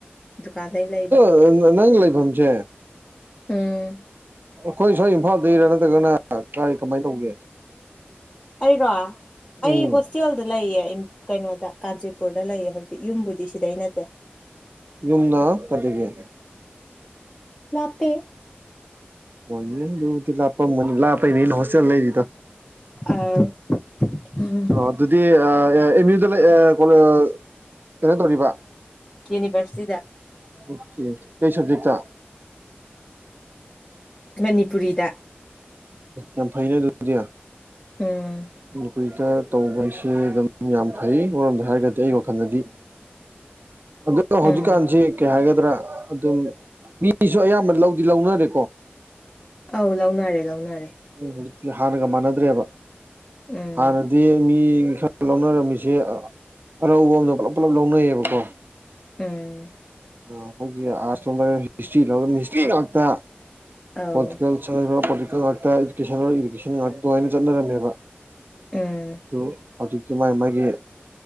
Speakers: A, on the left; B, on the right.
A: ꯗꯨꯀꯥꯟꯗꯩ ꯂꯩꯕ
B: ꯑꯥ ꯅꯥ ꯅꯪ ꯂꯩꯕꯝꯆꯦ
A: ꯎꯝ
B: ꯑꯈꯣꯏ ꯁ꯭ꯋꯥꯏ ꯏꯝꯐꯥꯜꯗꯩꯔ ꯅꯠꯇ꯭ꯔꯒꯅ ꯀꯥꯏ ꯀꯃꯥꯏ ꯇꯧꯒꯦ
A: ꯑꯩꯔꯣ ꯑꯩ
B: ꯎꯝ
A: ꯍꯣꯁꯇꯦꯜꯗ ꯂꯩꯌꯦ ꯀꯩꯅꯣꯗ ꯀꯥꯟꯆꯤꯄꯨꯔꯗ ꯂꯩꯌꯦ ꯍꯧꯖꯤꯛ ꯌꯨꯝꯕꯨꯗꯤ ꯁꯤꯗꯩ ꯅꯠꯇꯦ
B: ꯌꯨꯝꯅ ꯀꯥꯏꯗꯒꯤ
A: ꯂꯥꯞꯄꯦ
B: ꯍꯣꯏꯅꯦ ꯑꯗꯨꯗꯤ ꯂꯥꯞꯄꯝꯃꯅꯤ ꯂꯥꯞꯄꯩꯅꯦ ꯑꯩꯅ ꯍꯣꯁꯇꯦꯜ ꯂꯩꯔꯤꯗꯣ
A: ꯑꯧ ꯎꯝ
B: ꯑꯣ ꯑꯗꯨꯗꯤ ꯑꯥ ꯌꯥ ꯑꯦꯝ ꯌꯨꯗ ꯂꯩ ꯑꯥ ꯄꯣꯅꯣ ꯀꯩꯅꯣ ꯇꯧꯔꯤꯕ
A: ꯌꯨꯅꯤꯕ꯭ꯔꯁꯤꯇꯤꯗ
B: ꯑꯣꯀꯦ ꯀꯩ ꯁꯕꯖꯦꯛꯇ
A: ꯃꯅꯤꯄꯨꯔꯤꯗ
B: ꯌꯥꯝ ꯐꯩꯅ ꯑꯗꯨꯗꯤ
A: ꯎꯝ
B: ꯎꯝ ꯋꯤꯇ꯭ꯔ ꯇꯧꯕ ꯍꯥꯏꯁꯦ ꯑꯗꯨꯝ ꯌꯥꯝ ꯐꯩ ꯑꯃꯔꯣꯝꯗ ꯍꯥꯏꯔꯒꯗꯤ ꯑꯩ ꯋꯥꯈꯟꯗꯗꯤ ꯑꯗꯣ ꯍꯧꯖꯤꯛꯀꯥꯟꯖꯤ
A: ꯎꯝ
B: ꯀꯩ ꯍꯥꯏꯒꯗ꯭ꯔꯥ ꯑꯗꯨꯝ ꯃꯤꯁꯨ ꯑꯌꯥꯝꯕ ꯂꯧꯗꯤ ꯂꯧꯅꯔꯦꯀꯣ
A: ꯑꯧ ꯂꯧꯅꯔꯦ ꯂꯧꯅꯔꯦ
B: ꯍꯧꯖꯤꯛꯇꯤ ꯍꯥꯟꯅꯒ ꯃꯥꯟꯅꯗ꯭ꯔꯦꯕ
A: ꯎꯝ
B: ꯍꯥꯟꯅꯗꯤ ꯃꯤ ꯂꯧꯅꯔꯝꯃꯤꯁꯦ ꯑꯥ ꯑꯔꯧꯕ ꯑꯝꯗ ꯄꯨꯂꯞ ꯄꯨꯂꯞ ꯂꯧꯅꯩꯌꯦꯕꯀꯣ
A: ꯎꯝ
B: ꯑꯥ ꯑꯩꯈꯣꯏꯒꯤ ꯑꯥꯔꯠꯁ ꯂꯣꯝꯗꯅ ꯍꯤꯁꯇ꯭ꯔꯤ ꯂꯧꯔꯝꯃꯤ ꯍꯤꯁꯇ꯭ꯔꯤ ꯉꯥꯛꯇ
A: ꯑꯧ
B: ꯍꯣꯇꯤꯀꯜꯆ꯭ꯔꯔꯣ <unintelligible> <unintelligible> ꯆꯠꯅꯔꯝꯃꯦꯕ
A: ꯎꯝ
B: ꯑꯗꯨ ꯍꯧꯖꯤꯛꯇꯤ ꯃꯥꯥꯏ ꯃꯥꯏꯒꯤ